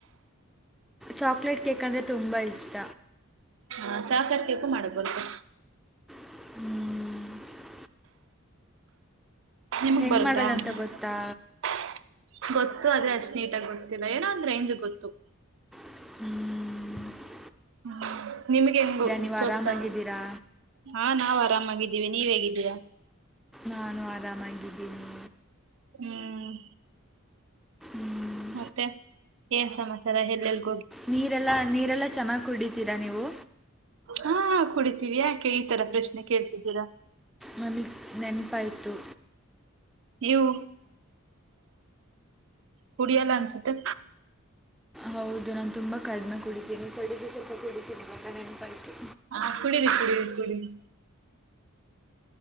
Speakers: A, in the centre; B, on the right.
A: ಚಾಕ್ಲೇಟ್ ಕೇಕ್ ಅಂದ್ರೆ ತುಂಬಾ ಇಷ್ಟ
B: ಹಾ ಚಾಕ್ಲೇಟ್ ಕೇಕು ಮಾಡಕ್ ಬರ್ತು
A: ಹ್ಮ್
B: ನಿಮಗ್
A: ಹೆಂಗೆ
B: ಬರುತ್ತಾ
A: ಮಾಡೋದಂತ
B: ಗೊತ್ತ
A: ಗೊತ್ತಾ
B: ಗತ್ತು ಆದ್ರೆ ಅಷ್ಟು ನೀಟಾಗಿ ಗೊತ್ತಿಲ್ಲ ಏನೋ ಒಂದ್ ರೇಂಜ್ ಗೊತ್ತು
A: ಹ್ಮ್
B: ಹ ನಿಮ್ಗೆ ನ್
A: ನೀವು
B: ಗೊತ್ತಾ
A: ಆರಾಮಾಗಿದ್ದೀರಾ
B: ಹಾ ನಾವವು ಆರಾಮಾಗಿ ವಿ ನೀವ್ ಹೇಗಿದ್ದೀರಾ
A: ನಾನು ಆರಾಮಾಗಿದ್ದೀನಿ
B: ಹ್ಮ್
A: ಮ್,
B: ಮತ್ತೆ ಏನ್ ಸಮಾಚಾರ ಎಲ್ಲೆಲ್ಲ
A: ನೀರೆಲ್ಲಾ ನೀರೆಲ್ಲಾ ಚೆನ್ನಾಗ್ ಕುಡಿತೀರಾ ನೀವು
B: ಹಾ ಕುಡಿತೀವಿ ಯಾಕೆ ಈ ತರ ಪ್ರಶ್ನೆ ಕೇಳ್ಸಿದ್ದೀರಾ
A: ನಮಗ್ ನೆನಪಾಯತು
B: ಇವು ಕುಡಿಯಲ್ಲ ಅನ್ಸುತ್ತೆ
A: ಹೌದು ನಾನ್ ತುಂಬಾ ಕಡಿಮೆ ಕುಡಿತೀನಿ ತಡಿದು ಸ್ವಲ್ಪ ಕುಡಿತೀನಿ ಇವಾಗ ನೆನಪಾಯಿತು
B: ಹಾ ಕುಡರಿ ಕುಡರಿ ಕುಡಿರಿ